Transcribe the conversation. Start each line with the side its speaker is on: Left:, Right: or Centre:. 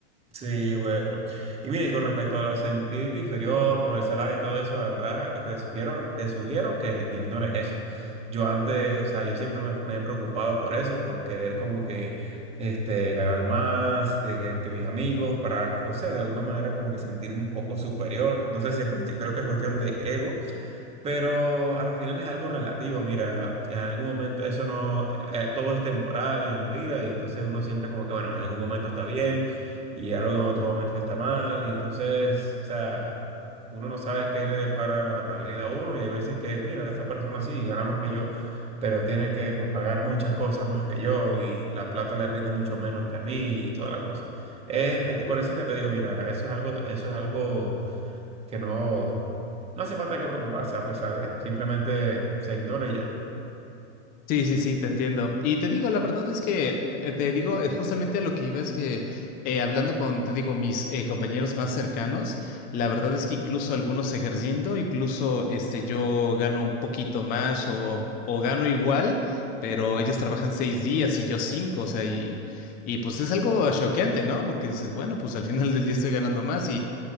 Right: Sí, bueno. Y mira, y con respecto a sentirte inferior por el salario y todo eso, la verdad, te sugiero, te sugiero que ignores eso. Yo antes, o sea, yo siempre me, me he preocupado por eso, por querer como que este, ganar más de que, que mis amigos, para, que, no sé, de alguna manera como que sentirme un poco superior. No sé si es cuestión, creo que es cuestión de ego pero a la final es algo relativo, mira, en algún momento eso no, eh, todo es temporal en la vida y entonces uno siempre como que, bueno, en algún momento está bien y algo en otro momento está mal y entonces, o sea, uno no sabe qué le depara la, la vida a uno y hay veces que, mira, esta persona sí gana más que yo, pero tiene que pagar muchas cosas más que yo y la plata le rinde mucho menos que a mí y toda la cosa. Es, por eso es que te digo, mira, eso es algo, eso es algo que no, no hace falta que preocuparse a pesar de, simplemente se ignora y ya.
Left: Sí, sí, sí, te entiendo. Y te digo, la verdad es que, eh, te digo, eh, justamente a lo que iba es que eh, hablando con, te digo, mis eh, compañeros más cercanos, la verdad es que incluso algunos ejerciendo, incluso este, yo gano un poquito más o, o gano igual, pero ellos trabajan seis días y yo cinco, o sea, y, y pues es algo choqueante, ¿no? Porque dices, bueno, pues al final del día estoy ganando más